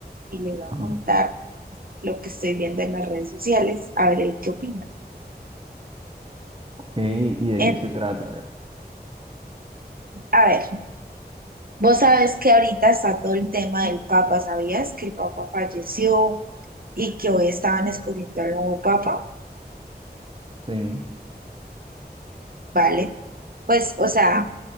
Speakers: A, on the right; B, on the right.
A: y le voy a
B: Ajá.
A: contar lo que estoy viendo en las redes sociales, a ver él qué opina.
B: ok, ¿y de qué
A: En-
B: se trata? A ver.
A: a ver, vos sabes que ahorita está todo el tema del Papa, ¿sabías? Que el Papa falleció y que hoy estaban escogiendo al nuevo Papa,
B: Sí.
A: ¿vale? Pues, o sea,